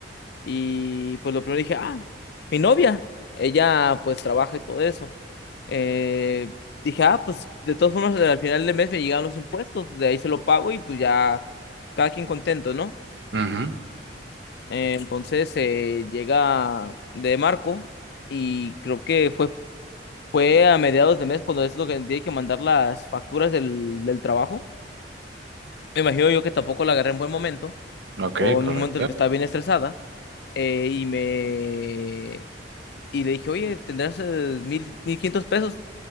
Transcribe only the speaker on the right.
ujú,
Ok,
correcto.